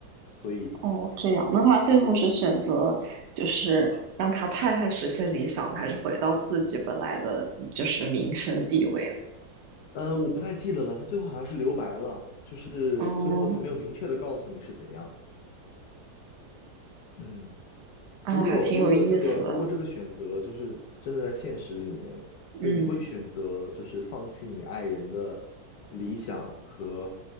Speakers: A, on the left (about 75°); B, on the right (about 80°).
A: 所以
B: 哦，这样，那他最后是选择就是让他太太实现理想呢，
A: 对，
B: 还是回到自己本来的就是名声地位呢？
A: 呃，我不太记得了，他最后好像是留白了，就是最后他没有明确的告诉你是怎样。
B: 哦。
A: 嗯。
B: 啊，
A: 如果如果这个如果这个选择就是真的在现实里面，
B: 还挺有意思的。
A: 就是你会选择就是放弃你爱人的理想和
B: 嗯